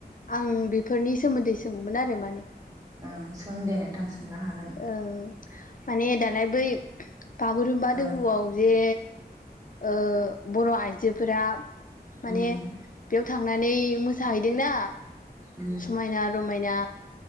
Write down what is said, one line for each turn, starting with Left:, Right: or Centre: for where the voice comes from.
Left: आं बेफोरनि सोमोन्दै सोंगौमोन आरो माने
Right: ओं सों दे नोंथां सोंनो हागोन।
Left: ओं माने दालाय बै बागुरुम्बा
Right: औ
Left: दोहौआव जे ओ बर' आइजोफोरा माने
Right: उम
Left: बेयाव थाङो थांनानै मोसाहैदों ना
Right: उम
Left: समायना रमायना